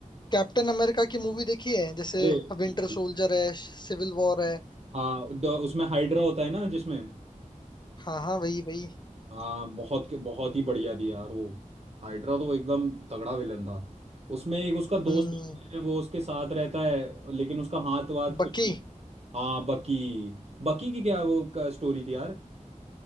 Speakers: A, on the left (about 35°); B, on the right (about 50°).
A: कैप्टन अमेरिका की मूवी देखी है जैसे
B: अरे बिल्कुल
A: विंटर सोल्जर है सिविल वॉर है
B: हाँ ड- उसमें हाइड्रा होता है ना जिसमें
A: हाँ हाँ वही वही
B: हाँ बहुत बहुत ही बढ़िया थी यार वो हाइड्रा तो एकदम तगड़ा विलन था उसमें एक उसका दोस्त
A: हम्म
B: होता है वो उसके साथ रहता है लेकिन उसका हाथ वाथ
A: बकी
B: कुछ नहीं। हाँ बकी बकी की क्या वो का स्टोरी थी यार